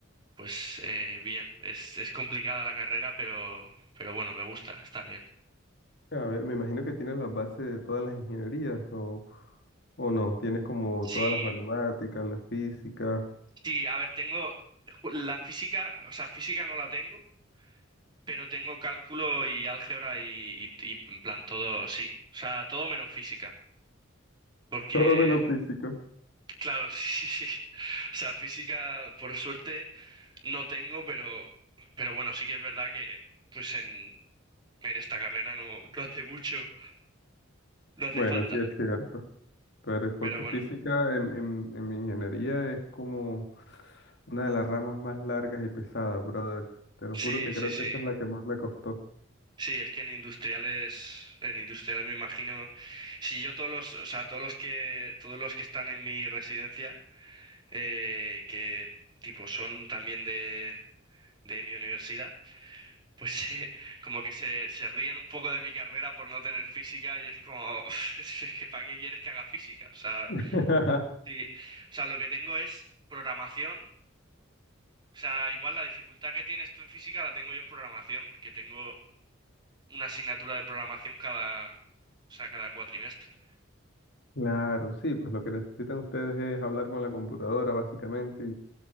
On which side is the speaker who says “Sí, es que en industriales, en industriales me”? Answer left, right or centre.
Right